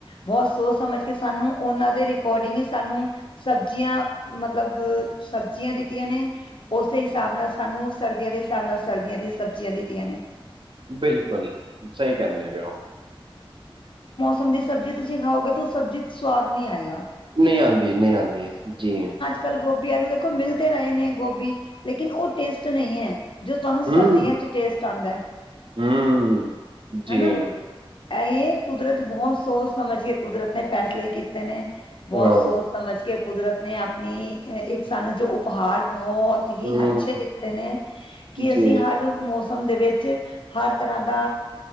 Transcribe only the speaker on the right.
ਬਿਲਕੁਲ, ਸਹੀ ਕਹਿੰਦੇ ਪਏ ਉਹ
ਨਈ ਆਦੀ- ਨਈ ਆਦੀ ਜੀ
ਹਮ
ਹਮ ਜੀ
ਹਾਂ
ਹਮ
ਜੀ